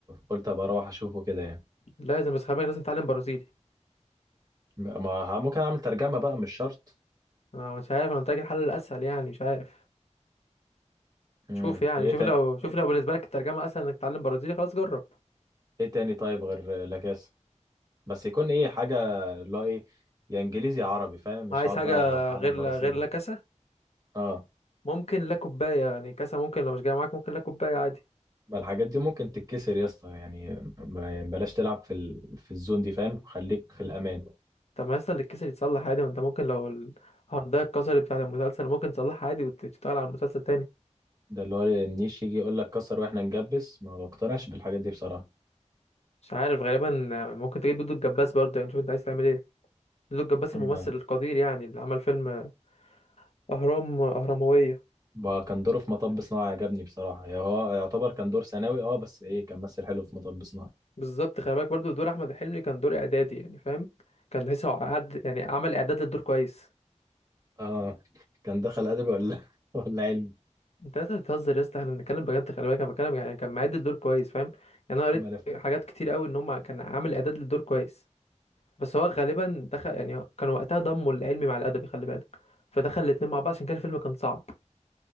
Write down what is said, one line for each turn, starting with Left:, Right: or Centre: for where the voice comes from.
Right: قلت ابقى اروح اشوفه كده يعني
Left: لازم بس خلي بالك لازم تتعلم برازيلي
Right: ما ه- ممكن اعمل ترجمه بقى مش شرط
Left: انا مش عارف انا قلت لك الحل الاسهل يعني مش عارف
Right: امم
Left: شوف يعني
Right: وايه
Left: شوف
Right: تاني
Left: لو شوف
Right: ايه
Left: لو بالنسبه لك الترجمه اسهل انك تتعلم برازيلي خلاص جرب
Right: إيه تاني طيب غير لاكاس بس يكون ايه حاجه اللي هو ايه يا انجليزي يا عربي فاهم مش
Left: عايز
Right: هقعد
Left: حاجه
Right: بقى اتعلم
Left: غير لا
Right: برازيلي
Left: غير لا كاسا
Right: اه
Left: ممكن لا كوباية يعني كاسة ممكن لو مش جاية معاك ممكن لا كوباية عادي
Right: ما الحاجات دي ممكن تتكسر يا اسطى يعني ب- يعني بلاش تلعب في ال... في الزون دي فاهم خليك في الامان
Left: طب ما يصل الكيس اللي يتصلح عادي ما انت ممكن لو الهاردية اتكسرت بتاعة المسلسل ممكن تصلحها عادي وتشتغل على المسلسل تاني
Right: ده اللي هو النيش يجي يقول لك كسر واحنا نجبس ما بقتنعش بالحاجات دي بصراحه
Left: مش عارف غالبا ممكن تجيب دودو الجباس برضه يعني شوف انت عايز تعمل ايه دودو الجباس
Right: ما
Left: الممثل القدير يعني اللي عمل فيلم أهرام أهرموية
Right: ما كان دوره في مطب صناعي عجبني بصراحه يعني هو يعتبر كان دور ثانوي اه بس ايه كان مثل حلو في مطب صناعي
Left: بالظبط خلي بالك برضه دور أحمد حلمي كان دور إعدادي يعني فاهم كان تحسه قعد يعني عمل إعداد للدور كويس
Right: اه كان دخل ادبي ولا <laughs> ولا علمي
Left: انت لسه بتهزر يا اسطى احنا بنتكلم بجد خلي بالك انا بتكلم يعني كان معد الدور كويس فاهم يعني انا قريت
Right: ما انا فاهم
Left: حاجات كتير قوي ان هم كان عامل اعداد للدور كويس بس هو غالبا دخل يعني كان وقتها ضموا العلمي مع الادبي خلي بالك فدخل الاتنين مع بعض عشان كده الفيلم كان صعب